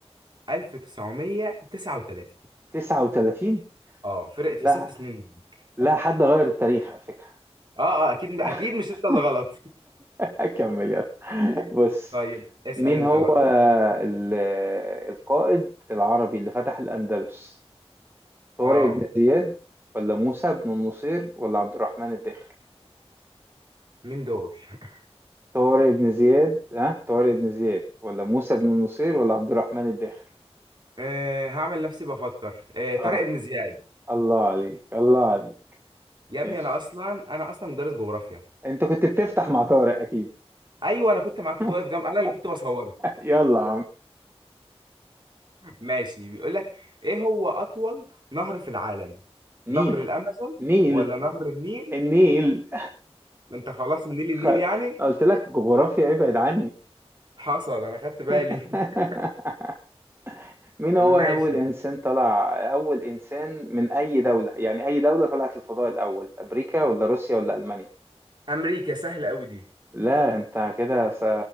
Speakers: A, on the right; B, on the right.
A: 1939
B: 39
A: اه فرقت في
B: لا
A: ست سنين منك.
B: لا حد غير التاريخ على فكرة
A: اه اه اكيد اكيد
B: <laughs>
A: مش انت اللي غلط
B: اكمل يلا بص
A: <laughs> طيب اسأل
B: مين
A: انت
B: هو
A: بقى
B: ال- القائد العربي اللي فتح الأندلس طارق
A: اه
B: بن زياد ولا موسى بن النصير ولا عبد الرحمن الداخل
A: مين دول <laughs>
B: طارق بن زياد ها طارق بن زياد ولا موسى بن النصير ولا عبد الرحمن الداخل
A: آه هعمل نفسي بفكر آه طارق
B: اه
A: بن زياد
B: الله عليك الله عليك
A: يا ابني
B: ماشي
A: انا اصلا انا اصلا مدرس جغرافيا
B: انت كنت بتفتح مع طارق اكيد
A: ايوه انا كنت معاك كنت
B: <laughs>
A: واقف جنب انا اللي كنت بصورك
B: يلا يا عم
A: ماشي بيقول لك ايه هو اطول نهر في العالم
B: نيل
A: نهر الامازون
B: نيل
A: ولا نهر النيل
B: النيل
A: ده انت خلاص النيل النيل
B: خ...
A: يعني
B: قلت لك جغرافيا ابعد عني
A: حصل انا خدت بالي
B: <laughs>
A: <laughs>
B: مين هو
A: ماشي
B: أول إنسان طلع أول إنسان من أي دولة يعني أي دولة طلعت الفضاء الأول أمريكا ولا روسيا ولا ألمانيا
A: امريكا سهله قوي دي
B: لا أنت كده س-